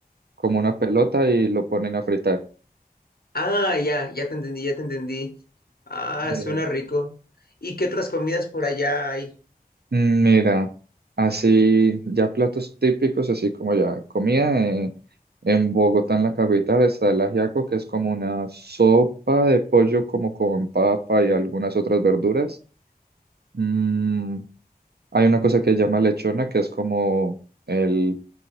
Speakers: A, on the right (about 80°); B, on the left (about 70°).
A: como una pelota y lo ponen a fritar.
B: Ah, ya, ya te entendí, ya te entendí. Ah,
A: Eh,
B: suena rico. ¿Y qué otras comidas por allá hay?
A: Mm, Mira, así ya platos típicos, así como ya comida eh, en Bogotá, en la capital, está el ajiaco, que es como una sopa de pollo como con papa y algunas otras verduras. Mm, hay una cosa que se llama lechona, que es como el